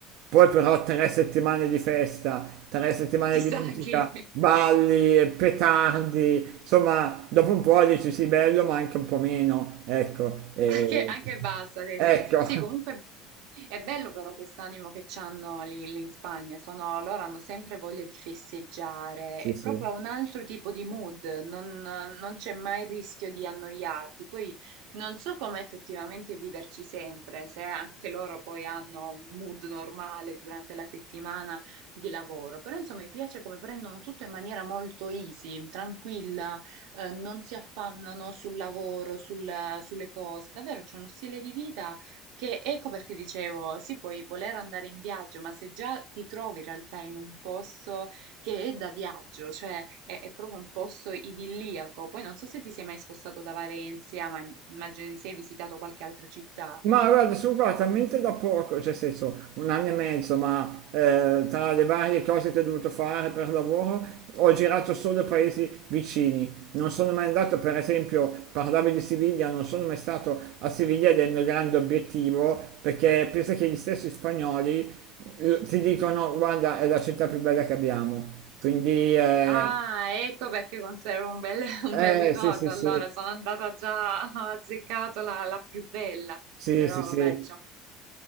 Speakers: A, on the right; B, on the right.
A: Poi però tre settimane di festa, tre settimane
B: Chissà
A: di musica,
B: chi, <laughs>
A: balli, petardi, insomma, dopo un po' dici sì, bello, ma anche un po' meno, ecco. e-
B: anche, anche basta adesso.
A: Ecco,
B: Sì, comunque
A: <laughs>
B: è bello però quest'animo che c'hanno lì, lì in Spagna, sono, loro hanno sempre voglia di festeggiare,
A: sì,
B: è
A: sì.
B: proprio un altro tipo di mood, non, non c'è mai il rischio di annoiarti. Poi non so come effettivamente viverci sempre, se anche loro poi hanno un mood normale durante la settimana di lavoro, però insomma mi piace come prendono tutto in maniera molto easy, tranquilla. eh, non si affannano sul lavoro, sul- sulle cose. Davvero c'è uno stile di vita che, ecco perché dicevo, sì, puoi voler andare in viaggio, ma se già ti trovi in realtà in un posto che è da viaggio, cioè è, è proprio un posto idilliaco. Poi non so se ti sei mai spostato da Valencia, ma immagino di sì, hai visitato qualche altra città.
A: Ma guarda, sono qua talmente da poco, cioè nel senso un anno e mezzo, ma eh, tra le varie cose che ho dovuto fare per lavoro ho girato solo paesi vicini. Non sono mai andato, per esempio, parlavi di Siviglia, non sono mai stato a Siviglia ed è il mio grande obiettivo, perché pensa che gli stessi spagnoli eh, ti dicono, guarda, è la città più bella che abbiamo. Quindi, eh,
B: Ah, ecco perché conservo un bel, <laughs> un
A: eh,
B: bel ricordo.
A: sì, sì, sì.
B: Allora, sono andata già, <laughs> ho azzeccato la, la più bella,
A: Sì,
B: però
A: sì, sì,
B: vabbè, diciamo